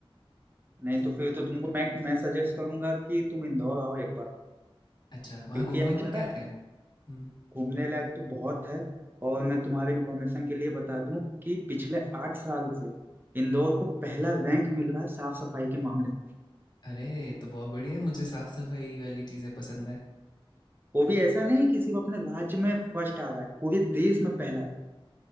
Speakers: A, on the right (about 20°); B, on the left (about 50°).
A: नहीं
B: तो
A: तो फिर तो तुमको मैं मैं सजेस्ट करूंगा कि तुम इंदौर आओ एक बार
B: अच्छा वहाँ
A: क्योंकि
B: घूमने
A: यार
B: को
A: पता
B: क्या
A: है
B: क्या है हम्म
A: घूमने लायक तो बहुत है और मैं तुम्हारे इंफॉर्मेशन के लिए बता दूं कि पिछले आठ साल से इंदौर को पहला रैंक मिल रहा है साफ सफाई के मामले में
B: अरे ये तो बहुत बढ़िया है मुझे साफ सफाई वाली चीज़ें पसंद है
A: वो भी ऐसा नहीं कि सिर्फ अपने राज्य में फर्स्ट आ रहा है पूरे देश में पहला है